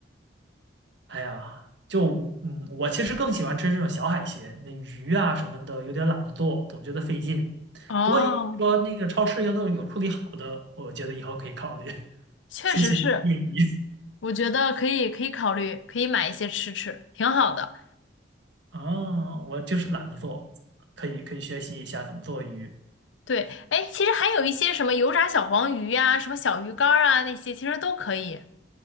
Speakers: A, on the right (about 65°); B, on the left (about 75°).
A: 哎呀，就嗯，我其实更喜欢吃这种小海鲜，那鱼啊什么的，有点懒得做，总觉得费劲。
B: 哦，
A: 不过你说那个超市要都有处理好的，我觉得以后可以考虑。<laughs>
B: 确实是。
A: 谢谢你的建议
B: 我觉得可以，可以考虑，可以买一些吃吃，挺好的。
A: 啊，我就是懒得做，可以可以学习一下怎么做鱼
B: 对，哎，其实还有一些什么油炸小黄鱼呀、什么小鱼干儿啊那些，其实都可以。